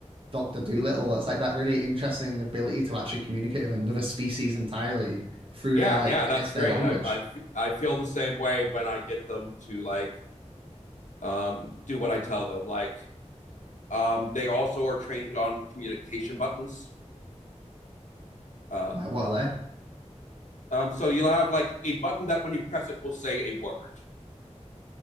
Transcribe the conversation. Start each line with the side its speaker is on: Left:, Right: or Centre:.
Right: Doctor Dolittle. It's like that really interesting ability to actually communicate with another species entirely through
Left: yeah,
Right: their like
Left: yeah.
Right: I
Left: That's
Right: guess their
Left: great.
Right: language.
Left: I, I, I feel the same way when I get them to like um do what I tell them. Like um, they also are trained on communication buttons. Um,
Right: Right, what are
Left: um, so you'll have like a button that when you press it will say a word.